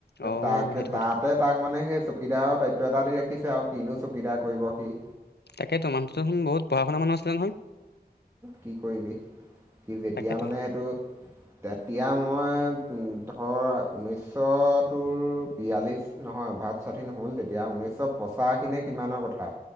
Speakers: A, on the left (about 85°); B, on the right (about 15°).
A: অ'
B: তাকে
A: সেইটো কথা
B: তাতে তাক মানে সেই চকীদাৰৰ দায়িত্ব এটা দি ৰাখিছে আৰু কিনো চকীদাৰ কৰিব সি
A: তাকেতো, মানুহটো দে বুতঢ়া শুনা মু আছিলে নয়
B: কি কৰিবি, কি যেতিয়া
A: তাকেতো
B: মানে সেইটো তেতিয়া মই, ধৰ ঊনৈছশটোৰ বিয়াল্লিছ নহয় ভাৱ স্বাধীন হ'ল তেতিয়া ঊনৈছশ পঁাশী ন কিমানৰ কথা